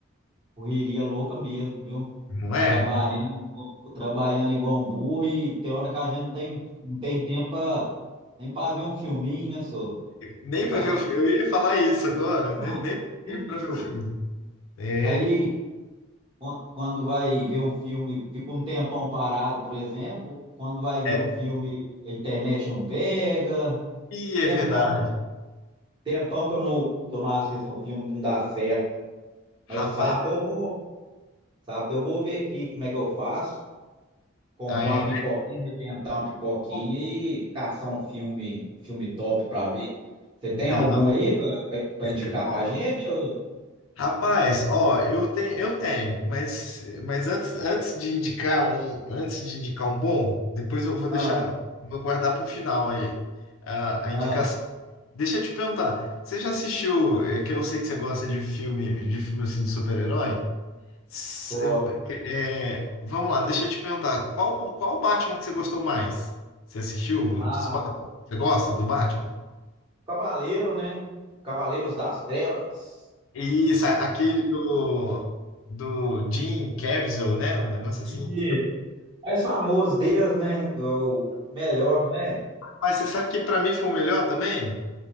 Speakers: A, on the right; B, on the left.
A: correria louca mesmo, viu?
B: não é?
A: Trabalhando, igual- trabalhando igual um burro e tem hora que a gente não tem, não tem tempo pra- nem pra ver um filminho, né, senhor?
B: Nem
A: Brabo.
B: pra ver o filme. Eu ia falar isso agora,
A: Não,
B: né? Nem,
A: você
B: nem
A: viu.
B: pra ver o filme. É,
A: Aí, quan- quando vai ver um filme, fica um tempão parado, por exemplo. Quando vai ver
B: é.
A: um filme, a internet não pega.
B: E
A: Tempão,
B: é verdade.
A: senhor. tempão que eu não, que eu não assisto um filme que não dá certo. Mas
B: Rapaz,
A: sábado eu vou, sábado eu vou ver aqui como é que eu faço. comprar
B: ah, é.
A: uma pipoquinha, arrebentar uma pipoquinha
B: Pô,
A: e caçar um filme, um filme top pra ver. Você tem
B: Não,
A: algum aí pra, pra, pra
B: isso
A: indicar
B: é bom.
A: pra gente? Ou...
B: Rapaz, ó, eu, te, eu tenho, mas, mas antes, antes de indicar um, antes de indicar um bom, depois eu vou deixar,
A: Ah,
B: vou guardar pro final aí, a, a
A: ah,
B: indicação. Deixa eu te perguntar, você já assistiu, é que eu sei que você gosta de filme, de filme assim de super-herói? S-
A: gosto.
B: é, é, vamos lá, deixa eu te perguntar, qual qual Batman que você gostou mais? Você assistiu
A: Ah,
B: dos Batman?
A: o
B: Você gosta do Batman?
A: Cavaleiro, né? Cavaleiros das Trevas.
B: Isso, aquele do do Jim Caviezel, né? Um negócio assim.
A: Isso. Mais famoso deles, né? O melhor, né?
B: Mas você sabe que pra mim foi o melhor também?